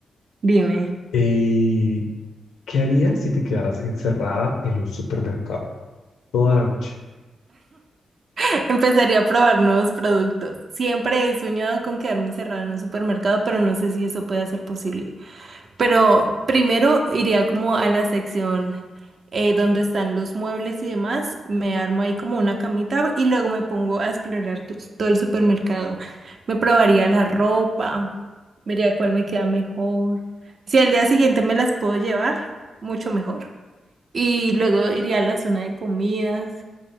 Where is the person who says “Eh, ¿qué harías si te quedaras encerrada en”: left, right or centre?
Left